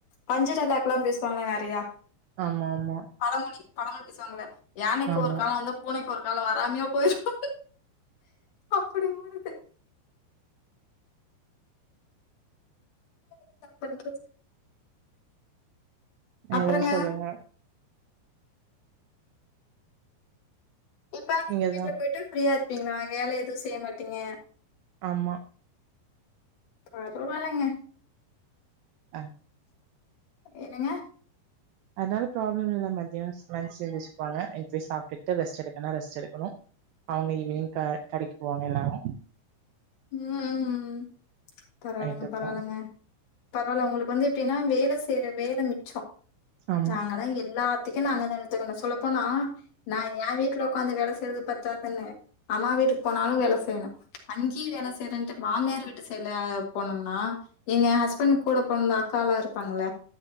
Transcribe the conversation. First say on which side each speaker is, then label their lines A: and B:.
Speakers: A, on the left; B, on the right.
A: பஞ்சு டயலாக்க எல்லா பேசுவாங்கள நெறையா
B: ஆமா ஆமா
A: பழமொழி பழமொழி பேசுவாங்கள யானைக்கு
B: ஆமா
A: ஒரு கால வந்தா பூனைக்கு ஒரு நாக வராமயா போயிருவோ அப்டி ஊறுது என்னா பண்றது
B: வேற
A: அப்புறங்க
B: சொல்லுங்க
A: இப்ப நீங்க
B: நீங்கதா
A: வீட்ல போயிட்டு ஃப்ரீயா இரு அப்டிங்களா வேல எதும் செய்ய மாட்டீங்க
B: ஆமா
A: பரவாலங்க
B: அ
A: என்னங்க
B: அதனால ப்ராப்ள இல்ல மத்தியாம் சமாச்சுவச்சுட்டு இங்க போய் சாப்பிட்டுட்டு ரெஸ்ட் எடுக்கனா ரெஸ்ட் எடுக்கணு அவுங்க ஈவினிங் கடைக்கு போவாங்க எல்லாரு
A: ம் ம் ம் பரவால்லங்க
B: நைட்டு
A: பரவால்லங்க
B: போ
A: பரவால்ல உங்களுக்கு வந்து எப்டின்னா வேல செய்ற வேல மிச்சோ
B: ஆமா
A: நாங்கலா எல்லாத் ப்பதிக்கு நாங்க தங் த்த இங்க சொல்ல போனா நா எ வீட்ல வொக்காந்து வேல செய்யறது பத்தா தன்னே அம்மா வீட்டுக்கு போனாலு வேல செய்யணு அங்கிப் வேல செய்றன்ட்டு மாமியார் வீட்டு சைடல போனோம்னா எங்க ஹஸ்பண்ட் கூட போறத அக்காலா இருப்பாங்கள